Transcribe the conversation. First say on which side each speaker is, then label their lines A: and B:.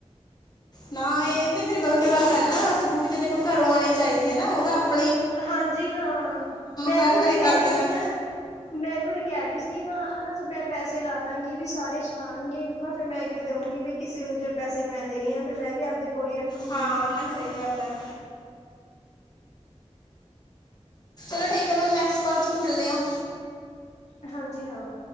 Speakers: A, on the left; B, on the left.
A: ਨਾ ਇਹ। ਤੇ ਫਿਰ ਗਲਤ ਗੱਲ ਹੈ ਨਾ ਸਕੂਟੀ ਇਹ ਤੇ ਦੇਖੋ ਘਰੋਂ ਆਉਣੀ ਚਾਹੀਦੀ ਹੈ ਨਾ ਉਹ ਤਾਂ ਆਪ।
B: ਹਾਂਜੀ ਹਾਂ ਮੈਂ
A: ਕਰ
B: ਵੀ ਉਹੀ
A: ਘਰੇ
B: ਕਹਿ
A: ਕਰਦੇ
B: ਰਹੀ ਸੀ
A: ਆ
B: ਨਾ ਮੈਂ ਵੀ ਉਹੀ। ਕਹਿ ਰਹੀ ਸੀ ਮੈਂ ਹਨਾ ਮੈਂ ਪੈਸੇ ਲਾ ਦਾਂਗੀ ਵੀ ਸਾਰੇ ਚਲਾਣਗੇ ਵੀ ਮੈਂ ਫਿਰ ਕਿਉਂ ਦਊਂਗੀ ਵੀ ਕਿਸੇ ਨੂੰ ਜੇ ਪੈਸੇ ਮੈਂ ਦੇ ਰਹੀ ਆ ਫਿਰ ਮੈਂ ਵੀ ਆਪਦੇ ਕੋਲ ਹੀ ਰੱਖੂਗੀ।
A: ਹਾਂ ਨਾ ਸਹੀ ਗੱਲ ਹੈ ਚਲੋ ਠੀਕ ਹੈ ਮੈਮ ਨੈਕਸਟ ਕੌਲ ਚ ਮਿਲਦੇ ਆ।
B: ਹਾਂਜੀ ਹਾਂ।